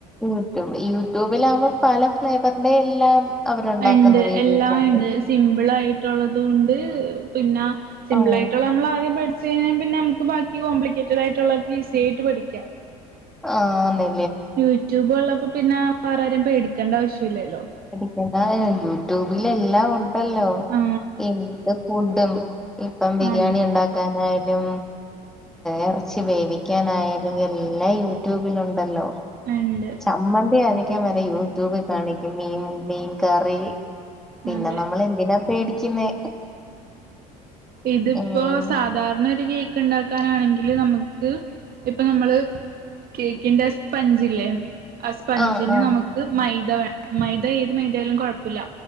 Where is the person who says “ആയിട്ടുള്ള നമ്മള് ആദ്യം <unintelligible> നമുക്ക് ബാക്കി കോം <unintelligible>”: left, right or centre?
Right